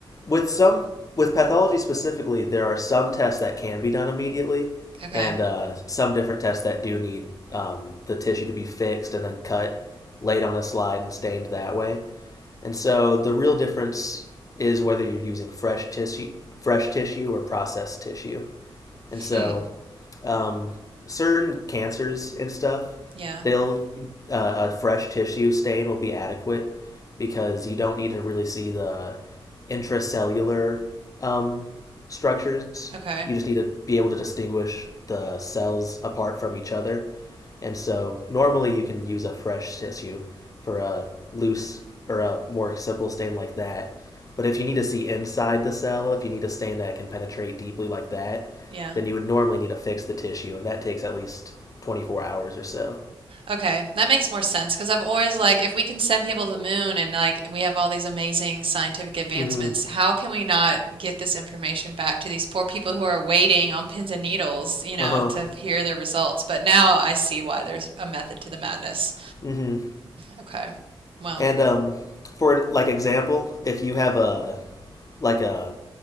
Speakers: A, on the left; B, on the right.
A: with some with pathology specifically, there are some tests that can be done immediately,
B: Okay.
A: and uh, some different tests that do need um, the tissue to be fixed and then cut, laid on a slide and stained that way. And so the real difference is whether you're using fresh tissue, fresh tissue or processed tissue. And so
B: Hmm.
A: um, certain cancers and stuff,
B: Yeah.
A: they'll uh, a fresh tissue stain will be adequate because you don't need to really see the intracellular um, structures.
B: Okay.
A: You just need to be able to distinguish the cells apart from each other. And so normally you can use a fresh tissue for a loose or a more simple stain like that. But if you need to see inside the cell, if you need a stain that can penetrate deeply like that,
B: Yeah.
A: then you would normally need to fix the tissue, and that takes at least 24 hours or so.
B: Okay, that makes more sense because I've always like, if we can send people to the moon and like we have all these amazing scientific advancements,
A: Mm-hmm.
B: how can we not get this information back to these poor people who are waiting on pins and needles, you know,
A: Uh huh.
B: to hear their results? But now I see why there's a method to the madness.
A: Mm hmm.
B: Okay, well,
A: And um, for like example, if you have a like a